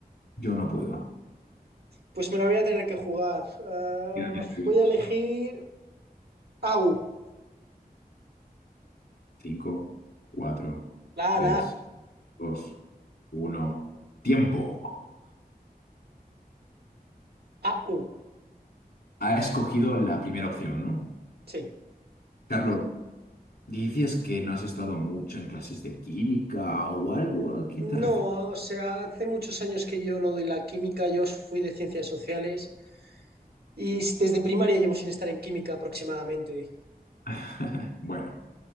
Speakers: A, on the left; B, on the right.
A: Yo no puedo.
B: Pues me la voy a tener que jugar. Ah,
A: Quedan 10 segundos.
B: voy a elegir A U.
A: 5, 4,
B: La,
A: 3,
B: A, la,
A: 2, 1. ¡Tiempo!
B: A. U.
A: Ha escogido la primera opción, ¿no?
B: Sí.
A: Carlos, dices que no has estado mucho en clases de química o algo. ¿A qué te refieres?
B: No, o sea, hace muchos años que yo no doy la química. Yo fui de ciencias sociales y desde primaria llevo sin estar en química aproximadamente.
A: <laughs> Bueno.